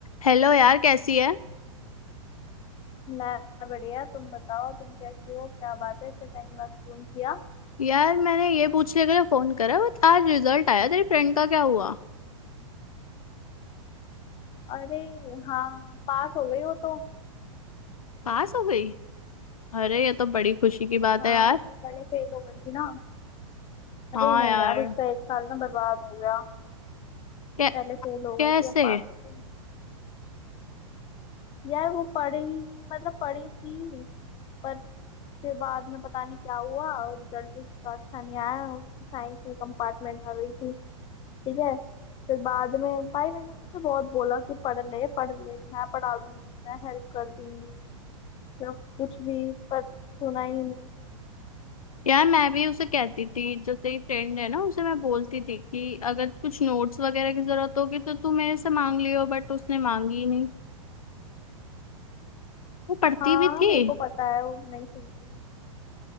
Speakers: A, on the left; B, on the left.
A: Hello यार कैसी है
B: मैं बढ़िया तुम बताओ तुम कैसी हो क्या बात है इतने टाइम बाद फोन किया
A: यार मैंने ये पूछने के लिए फोन करा बट आज रिजल्ट आया तेरी फ्रेंड का क्या हुआ
B: अरे हाँ पास हो गई हो तो
A: पास हो गई अरे ये तो बड़ी खुशी की बात
B: हाँ
A: है यार
B: वो पहले फेल हो गई थी ना अरे
A: हाँ
B: नहीं
A: यार
B: यार उसका एक साल ना बर्बाद हो गया
A: कै,
B: पहले फेल हो
A: कैसे
B: गई थी अब पास हो गई यार वो पढ़ी ही नहीं मतलब पढ़ी थी पर फिर बाद में पता नहीं क्या हुआ और रिजल्ट उसका अच्छा नहीं आया उसकी साइंस में कंपार्टमेंट आ गई थी ठीक है फिर बाद में भाई मैंने उसे बहुत बोला कि पढ़ ले पढ़ ले मैं पढ़ा दूंगी मैं हेल्प कर दूंगी या कुछ भी पर सुना ही नहीं
A: यार मैं भी उसे कहती थी जो तेरी फ्रेंड है ना उसे मैं बोलती थी कि अगर कुछ नोट्स वगैरह की जरूरत होगी तो तू मेरे से मांग लियो बट उसने मांगी ही नहीं वो पढ़ती
B: हाँ
A: भी थी
B: मेरे को पता है वो नहीं सुनती